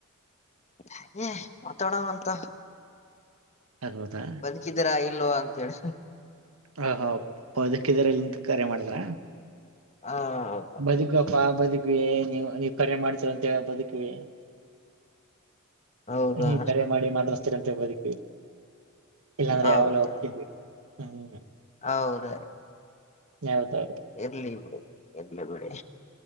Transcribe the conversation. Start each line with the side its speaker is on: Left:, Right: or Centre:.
Left: ಹಾಗೆ ಮಾತಾಡಂಗ ಅಂತ
Right: ಹೌದಾ
Left: ಬದುಕಿದರಾ ಇಲ್ಲೋ ಅಂತ ಹೇಳಿ
Right: ಹ ಹ ಬದಕ್ಕಿದ್ರ ಇಲ್ಲಂತ ಕರೆ ಮಾಡಿದ್ರ
Left: ಹಾ ಹೌದು
Right: ಬದುಕಿವಪ್ಪ ಬದುಕಿವಿ ನೀವು ನೀವ್ ಕರೆ ಮಾಡ್ಸೀರಂತ ಹೇಳ ಬದುಕಿವಿ
Left: ಹೌದಾ
Right: ನೀವು ಕರೆ ಮಾಡಿ ಮಾತಾಡುಸತ್ತೀರಿ ಅಂತ ಬದ್ಕಿವಿ ಇಲ್ಲಾಂದ್ರೆ
Left: ಹೌದ
Right: ಯಾವಾಗಲ ಹೋಗ್ತಿದ್ವಿ ಹ್ಮ್
Left: ಹೌದ
Right: ಯಾವ್ದೌದು
Left: ಇರ್ಲಿ ಬಿಡಿ ಇರ್ಲಿ ಬಿಡಿ